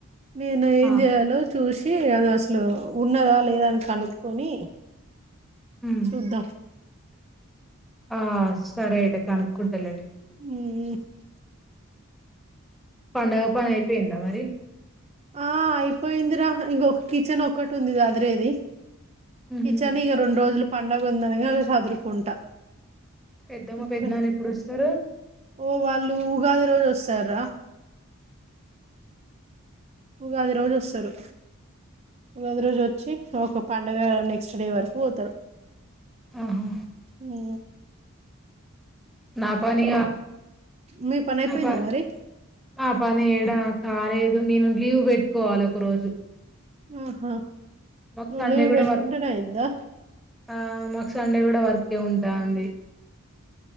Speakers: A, on the right; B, in the centre.
A: నేను ఏం
B: ఆ
A: చేయాలో చూసి అది అసలు ఉన్నదా లేదా అని కనుక్కక్కొని
B: ఉమ్,
A: చుద్ద
B: ఆ సర అయితే కనుక్కుంటలే నేను
A: అ
B: పండుగ పని అయిపోయిందా మరి
A: ఆ అయిపోయిందిరా ఇంకొక కిచెన్ ఒక్కటి ఉంది దదిరేది
B: ఉహు.
A: కిచన్ ఇక రెండు రోజులు పడుగ ఉందనిగా చదురుకుంటా
B: పెద్దమ్మ
A: ఇప్పుడు
B: పెద్దనాన్న ఎప్పుడు వస్తారు
A: ఓ వాళ్ళు ఉగాద రోజు వస్తార ఉగాది రోజు వస్తారు ఉగాది రోజు వచ్చి ఒక పడుగ నెక్స్ట్ డే వరకు పోతాడు
B: ఆహా
A: ఈ
B: నాపానీ
A: మీ పని అయిపోయిందా
B: నాపాని
A: మరి
B: నాపాని ఏడా కాలేదు నేను లీవ్ పెట్టుకోవాలి ఒక రోజు
A: ఆహా
B: మకు
A: నువ్వు
B: సండే
A: లీవ్
B: కూడా
A: పెట్టుకుంటేనే
B: వర్క్
A: అయిందా
B: ఆ మ సండే కూడా వర్క్ే ఉంటాంది